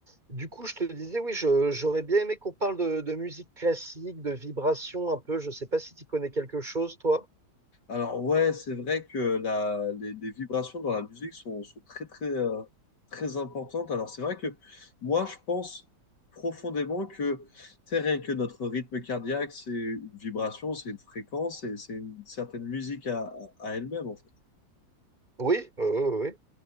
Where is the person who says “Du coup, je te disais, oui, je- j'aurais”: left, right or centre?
Right